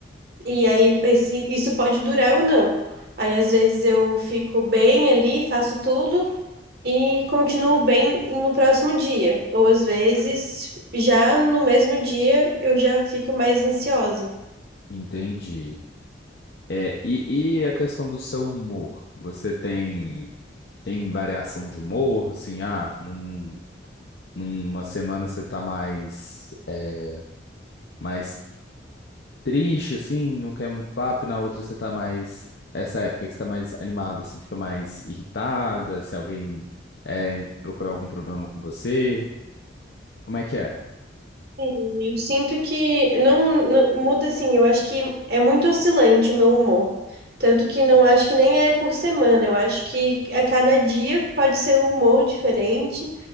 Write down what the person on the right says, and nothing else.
E aí, esse- isso pode durar ou não. Aí, às vezes, eu fico bem ali, faço tudo. e continuo bem no próximo dia. Ou às vezes, já no mesmo dia, eu já fico mais ansiosa.
Sim, Eu sinto que não, não- muda assim, eu acho que é muito oscilante o meu humor. Tanto que não acho que nem é por semana, eu acho que a cada dia pode ser um humor diferente,